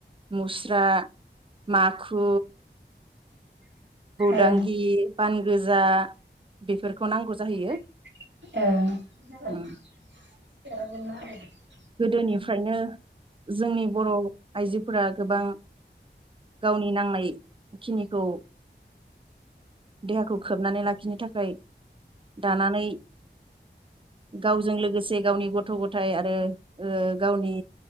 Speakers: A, on the right; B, on the right.
A: मुस्रा, माखु बुदांगि
B: ओं
A: बान गोजा बेफोरखौ नांगौ जाहैयो।
B: ओ
A: उम
B: <unintelligible>
A: गोदोनिफ्रायनो जोंनि बर' आइजोफ फोरा गोबां गावनि नांनाय खिनिखौ देहाखौ खोबनानै लाखिनो थाखाय दानानै गावजों लोगोसे गावनि गथ थ' गथाइ आरो ओ गावनि